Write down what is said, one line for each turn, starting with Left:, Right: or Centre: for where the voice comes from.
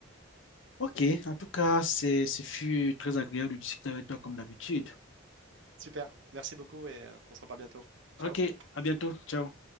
Left: OK, en tout cas, c'est ce fut très agréable de discuter avec toi comme d'habitude.
Right: Super, merci beaucoup et euh, on se reparle bientôt.
Left: OK,
Right: Ciao.
Left: à bientôt. Ciao.